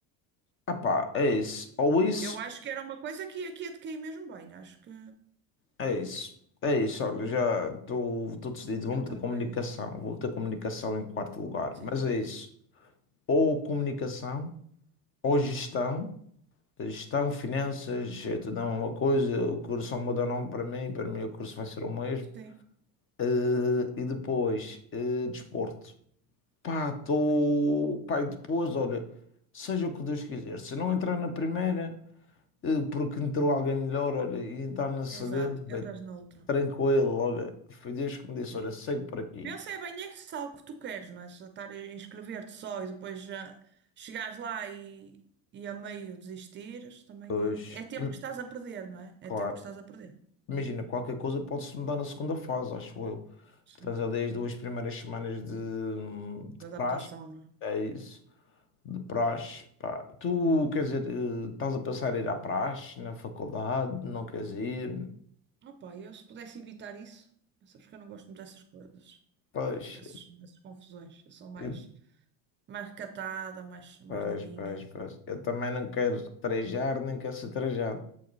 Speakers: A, on the left; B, on the right.
A: Ah pá, é isso. Ou isso,
B: Eu acho que era uma coisa que aqui ia te cair mesmo bem. Acho que
A: é isso. É isso, olha, já estou estou decidido. Vou
B: entra
A: meter comunicação.
B: por aí.
A: Vou meter comunicação em quarto lugar.
B: Sim,
A: Mas é isso. Ou comunicação ou gestão, gestão, finanças, gestão é uma coisa, o curso só muda o nome para mim, para mim o curso vai ser o mesmo.
B: sim,
A: Eh, e depois, eh, desporto. Pá, tô...
B: ok.
A: Pá, e depois, olha, seja o que Deus quiser. Se não entrar na primeira, eh, porque entrou alguém melhor, olha, e entrar na segunda,
B: Exato,
A: bem,
B: entras noutra.
A: tranquilo, olha, foi Deus que me disse,
B: É.
A: olha, segue por aqui.
B: Pensa é bem é que se é algo que tu queres, não é? Só estar a inscrever-te só e depois ah, chegares lá e, e a meio desistires, também
A: Pois,
B: é. É tempo
A: e-
B: que estás a perder, não é? É
A: claro.
B: tempo que estás a perder.
A: Imagina, qualquer coisa pode-se mudar na segunda fase, acho eu.
B: Sim.
A: Portanto, eu dei as duas primeiras semanas de, de
B: Da adaptação,
A: praxe,
B: não é?
A: é isso, de praxe. Pá. Tu, quer dizer, eh, estás a pensar em ir à praxe, na faculdade, não queres ir?
B: Opa, eu se pudesse evitar isso, sabes que eu não gosto muito dessas coisas,
A: Pois,
B: dessas, dessas confusões. Eu sou mais,
A: eu,
B: mais recatada, mais, mais
A: pois,
B: na minha.
A: pois, pois. Eu também não quero trajar, nem quero ser trajado.